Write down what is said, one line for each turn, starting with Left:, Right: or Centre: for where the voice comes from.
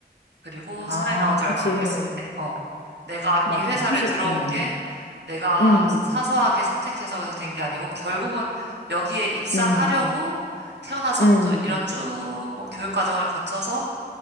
Right: 그리고
Left: 아,
Right: 사회 나온 지 얼마
Left: 그치.
Right: 안 됐을 때, 어, 내가
Left: 맞아.
Right: 이 회사를
Left: 사실,
Right: 들어온
Left: 음,
Right: 게 내가
Left: 음,
Right: 사소하게 선택해서 된 게 아니고 결국은 여기에 입사하려고
Left: 음,
Right: 태어나서부터
Left: 음,
Right: 이런 쭉뭐 교육 과정을 거쳐서